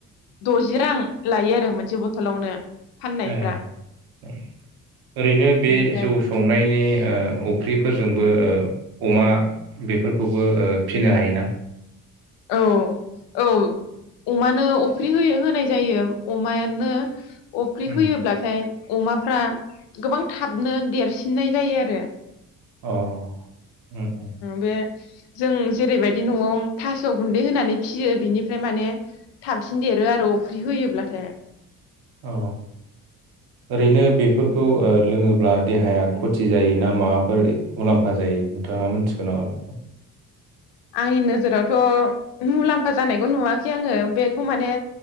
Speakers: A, on the left (about 55°); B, on the right (about 50°).
A: दजि रां लायो आरो मोनसे बथलावनो। फाननायफ्रा
B: ए, ओ ओरैनो बे
A: बिनिफ्राय
B: जौ संनायनि ओ अफ्रिफोरजोंबो ओ अमा बेफोरखौबो ओ फिनो हायोना?
A: औ औ अमानो अफ्रि होयो होनाय जायो अमानो अफ्रि
B: उम
A: होयोब्लाथाय अमाफ्रा गोबां थाबनो देरसिननाय जायो आरो।
B: अ, उम। उम
A: बे जों जेरैबायदि नआव थास' गुन्दै होनानै फियो बिनिफ्राय माने थाबसिन देरो आरो अफ्रि होयोब्लाथाय।
B: औ ओरैनो बेफोरखौ ओ लोङोब्ला देहाया खथि जायो ना माबाफोर मुलाम्फा जायो नोंथाङा मिथि <unintelligible>
A: आंनि नोजोरावथ' मुलाम्फा जानायखौ नुवाखै आङो बेखौ माने